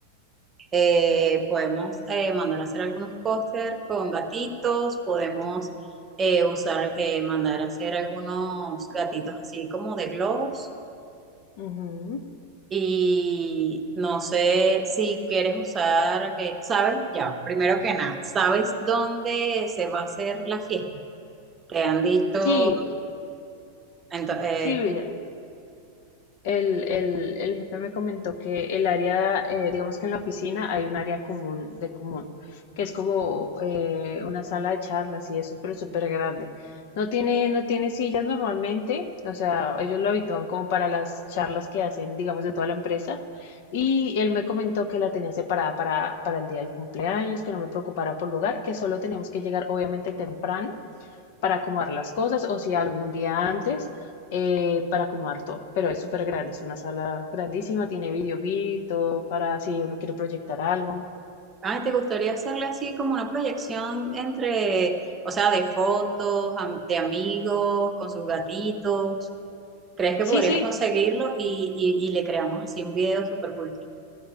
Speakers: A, on the right; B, on the left.
A: Eh, podemos eh, mandar a hacer algunos póster con gatitos, podemos eh, usar, eh, mandar a hacer algunos gatitos así como de globos.
B: Ujú.
A: Y no sé si quieres usar, eh, sabes, ya, primero que nada, ¿sabes dónde se va a hacer la fiesta? Te han dicho,
B: Sí,
A: ento- eh,
B: sí, mira, El, el, el jefe me comentó que el área, eh, digamos que en la oficina hay un área común de común, que es como eh, una sala de charlas y eso, pero es súper grande. No tiene, no tiene sillas normalmente, o sea, ellos lo habitúan como para las charlas que hacen, digamos, de toda la empresa. Y él me comentó que la tenía separada para, para el día del cumpleaños, que no me preocupara por lugar, que solo teníamos que llegar obviamente temprano para acomodar las cosas o si algún día antes eh, para acomodar todo. Pero es súper grande, es una sala grandísima, tiene video beat, todo para si uno quiere proyectar algo.
A: ay, ¿te gustaría hacerle así como una proyección entre, o sea, de fotos, am- de amigos, con sus gatitos? ¿Crees que
B: Sí,
A: podrías
B: sí,
A: conseguirlo? Y, y- y le creamos así un video súper cool.